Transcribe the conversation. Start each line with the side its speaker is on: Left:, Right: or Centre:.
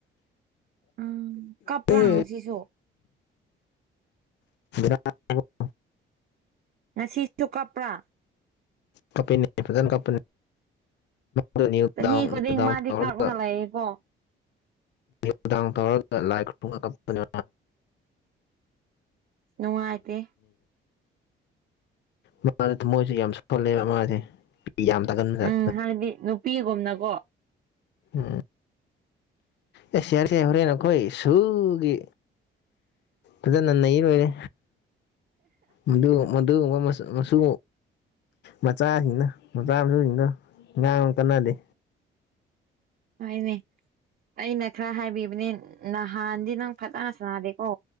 Right: ꯎꯝ ꯀꯞꯄ꯭ꯔꯥ
Left: ꯎꯝ
Right: ꯉꯁꯤꯁꯨ
Left: <unintelligible> ꯑꯣ
Right: ꯉꯁꯤꯁꯨ ꯀꯄ꯭ꯔꯥ
Left: ꯀꯄꯤꯅꯤ꯭ꯔꯙ ꯀꯄ ꯗꯥꯗꯥꯗ
Right: ꯆꯍꯤ ꯈꯨꯗꯤꯡ ꯃꯥꯗꯤ ꯀꯥꯞꯔꯒ ꯂꯩꯌꯦꯀꯣ
Left: ꯈꯨꯗꯥꯡ ꯇꯧꯔꯒ ꯂꯥꯏ ꯈꯨꯔꯨꯝꯉ ꯀꯞꯄꯅꯤ
Right: ꯅꯨꯅꯨꯡꯉ ꯑꯇ
Left: ꯃꯥ ꯊ ꯃꯣꯏꯁꯨꯦ ꯌꯥꯝ ꯁꯣꯜꯂꯦꯕ ꯃꯥꯁꯦ ꯑꯩ ꯌꯥꯝꯝ ꯇ ꯀꯅ ꯆꯅ
Right: ꯎꯝ ꯍꯥꯏꯗꯤ ꯅꯨꯄꯤꯒꯨꯝꯅꯀꯣ
Left: ꯎꯝ ꯑꯦ ꯁꯔ ꯁ ꯍꯔꯦ ꯅꯈꯣꯏ ꯁꯨꯒ ꯏꯗꯅ ꯅꯩꯅ ꯂꯣꯏꯔꯦ ꯃꯗꯨ ꯃꯗꯨ ꯃ ꯃꯆꯁꯨ ꯃꯆꯥꯁꯤꯡꯅ ꯃꯆꯥ ꯃꯁꯨꯁꯤꯡꯅ ꯉꯥꯡꯅ ꯀꯅꯜꯂꯤ
Right: ꯍꯥꯏꯅꯦ ꯑꯩꯅ ꯈꯔ ꯍꯥꯏꯕꯤꯕꯅꯤ ꯅꯍꯥꯟꯗꯤ ꯅꯪ ꯐꯖꯅ ꯁꯥꯅꯥꯗꯦꯀꯣ